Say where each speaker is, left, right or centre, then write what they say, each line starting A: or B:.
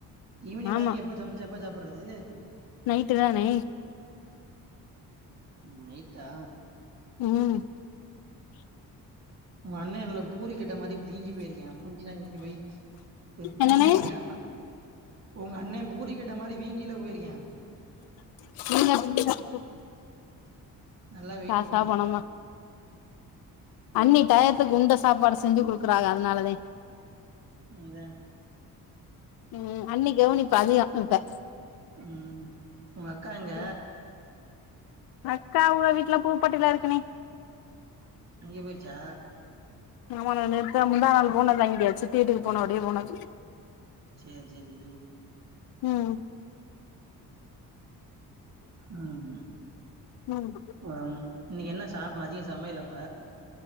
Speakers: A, on the right; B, on the left.
A: ஈவினிங்
B: ஆமா
A: வாங்கி எப்ப சமைச்சு எப்ப சாப்புறது
B: நைட்டு தானே
A: ம் நைட்டா
B: ம்
A: உங்க அண்ண என்ல பூரி கட்ட மாரி வீங்கி போயிருக்கா மூஞ்சிளா வீங்கி போய்
B: என்னனே
A: குண்டாயிட்டா நல்லா உங்க அண்ணே பூரி கட்ட மாரி வீங்கில போயிருக்கியா
B: <unintelligible>
A: நல்லா வெயிட்டு
B: காசா
A: போட்டிருக்கேன்
B: பணமா அண்ணி டயத்துக்கு உண்ட சாப்பாடு செஞ்சு குடுக்குறாக அதனாலதே
A: அதா
B: ம் அண்ணி கவனிப்பு அதிகோ இப்ப
A: ம் உங்க அக்கா எங்க
B: ம் அக்கா அவுக வீட்ல பூப்பட்டில இருக்குண்ணே
A: அங்கெ போயிருச்சா
B: ஆமாண்ணே நேத்தா முந்தா நாள் போனது அங்கெ ட சித்தி வீட்டுக்கு போனவடியே போனது
A: சேரி சேரி
B: ம்
A: ம் <unintelligible>
B: ம்
A: இன்னக்கி என்ன சாப் மதிய சமையலப்ப